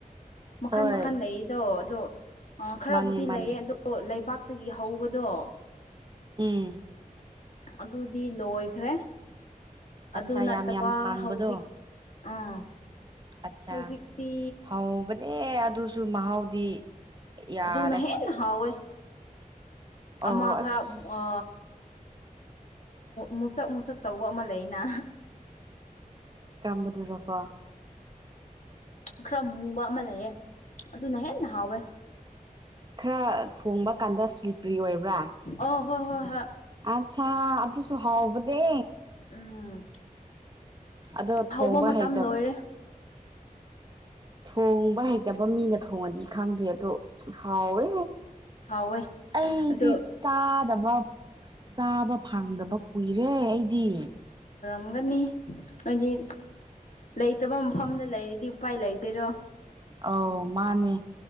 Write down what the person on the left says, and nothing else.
ꯃꯈꯟ
ꯃꯈꯜ ꯂꯩꯌꯦꯗꯣ ꯑꯗꯣ ꯈꯔꯕꯨꯗꯤ
ꯂꯩꯌꯦ ꯑꯗꯣ ꯂꯩꯕꯥꯛ ꯛꯇꯒꯤ ꯍꯧꯕꯗꯣ
ꯑꯗꯨꯗꯤ ꯂꯣꯏꯈ꯭ꯔꯦ
ꯑꯗꯨ ꯅꯠꯇꯕ
ꯍꯧꯖꯤꯛ ꯑꯥ
ꯍꯧꯖꯤꯛꯇꯤ
ꯑꯗꯨꯅꯍꯦꯅ ꯍꯋꯦ
ꯑꯃ ꯈꯔ
ꯑ ꯃꯨꯁꯛ ꯃꯨꯁꯛ ꯇꯧꯕ ꯑꯃ ꯂꯩꯅ
ꯈꯔ ꯃꯨꯕ ꯑꯃ ꯂꯩꯑꯦ ꯑꯗꯨꯅ ꯍꯦꯟꯅ ꯍꯥꯎꯋꯦ
ꯑ ꯍꯣꯏ ꯍꯣꯏ ꯍꯣꯏ
ꯎꯝ
ꯍꯧꯕ ꯃꯇꯝ
ꯂꯣꯏꯔꯦ
ꯍꯥꯎꯋꯦ
ꯑꯗꯣ
ꯝꯒꯅꯤ ꯍꯥꯏꯗꯤ ꯂꯩꯇꯕ ꯃꯐꯝꯗ ꯂꯩꯔꯗꯤ ꯎꯄꯥꯏ ꯂꯩꯇꯣꯏꯗꯣ